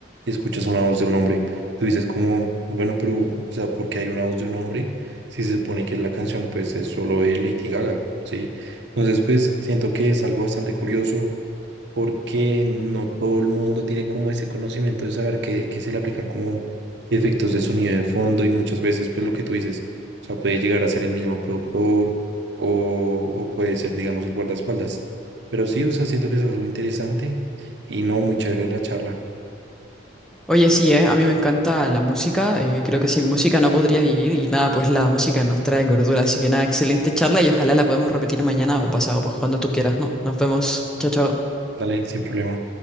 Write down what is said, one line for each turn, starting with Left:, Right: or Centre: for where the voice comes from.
Right: y escuchas una voz de un hombre. Tú dices como, bueno, pero, o sea, ¿por qué hay una voz de un hombre si se supone que la canción pues es solo de Lady Gaga? ¿Sí? Entonces, pues, siento que es algo bastante curioso porque no todo el mundo tiene como ese conocimiento de saber que, que se le aplican como efectos de sonido de fondo y muchas veces pues lo que tú dices, o sea, puede llegar a ser el mismo productor o, o puede ser, digamos, el guardaespaldas. Pero sí, o sea, siento que es algo interesante y no, muy chévere la charla.
Centre: Oye, sí, eh, a mí me encanta la música, eh, creo que sin música no podría vivir y nada, pues la música nos trae gordura, así que nada, excelente charla y ojalá la podemos repetir mañana o pasado, pues cuando tú quieras, ¿no? Nos vemos, chao, chao.
Right: Dale, sin problema.